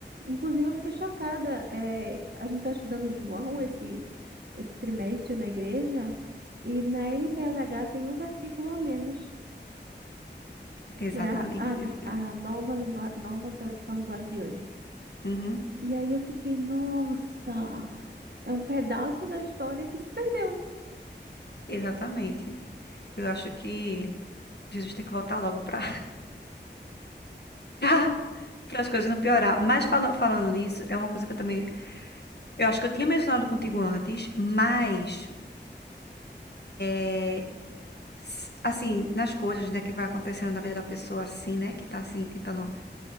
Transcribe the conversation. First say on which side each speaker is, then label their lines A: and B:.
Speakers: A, on the right (about 60°); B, on the left (about 65°).
A: Inclusive, eu fiquei chocada. é, a gente está estudando João esse, esse trimestre na igreja, e na NTLH tem um versículo a menos, que
B: Exatamente,
A: é a,
B: minha filha.
A: a, a nova, lingua, nova tradução da linguagem de hoje.
B: Uhum,
A: E aí eu fiquei, nossa, é um pedaço da história que se perdeu.
B: exatamente. Eu acho que Jesus tem que voltar logo para <laughs> Para as coisas não piorar. Mas fala- falando nisso, é uma coisa que eu também. Eu acho que eu tinha mencionado contigo antes, mas. é, s- Assim, nas coisas, né, que vai acontecendo na vida da pessoa, assim, né, que tá assim, tentando